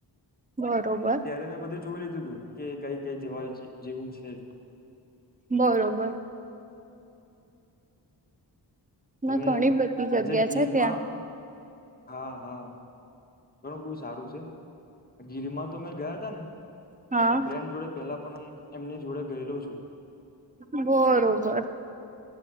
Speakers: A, on the right (about 20°); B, on the left (about 20°).
A: બરોબર
B: ત્યારે મેં બધું જોઈ લીધું તું કે કઈ કઈ જવા જેવું છે
A: બરોબર.
B: તમે
A: ના ઘણી બધી જગ્યા
B: આજ ગીરમાં
A: છે ત્યાં
B: હા હા. ઘણું બધુ સારું છે ગીરમાં તો અમે ગયા તા ને
A: હા
B: હું ફ્રેન્ડ જોડે પેલા પણ એમની જોડે ગયેલો છું.
A: બરોબર.